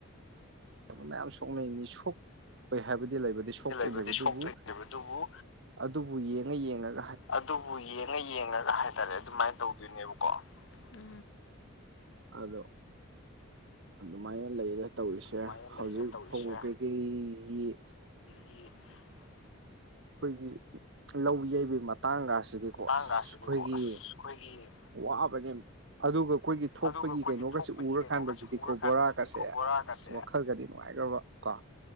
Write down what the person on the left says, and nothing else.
ꯂꯩꯕꯗꯤ
ꯁꯣꯛꯇꯣꯏꯅꯦꯕ ꯑꯗꯨꯕꯨ
ꯑꯗꯨꯕꯨ ꯌꯦꯡꯉ ꯌꯦꯡꯉꯒ ꯍꯥꯏꯇꯥꯔꯦ ꯑꯗꯨꯃꯥꯏꯅ ꯇꯧꯗꯣꯏꯅꯦꯕꯀꯣ ꯎ
ꯑꯗꯨꯃꯥꯏꯅ
ꯂꯩꯔ ꯇꯧꯔꯤꯁꯦ
ꯑꯩ
ꯇꯥꯡꯒꯁꯤꯗꯤꯀꯣ
ꯑꯁ ꯑꯩꯈꯣꯏꯒꯤ
ꯑꯗꯨꯒ ꯑꯩꯈꯣꯏꯒꯤ
ꯊꯣꯛꯄꯒꯤ
ꯀꯩꯅꯣꯒꯁꯦ ꯎꯔꯀꯥꯟꯗꯗꯤꯀꯣ
ꯕꯣꯔꯥꯒꯁꯦ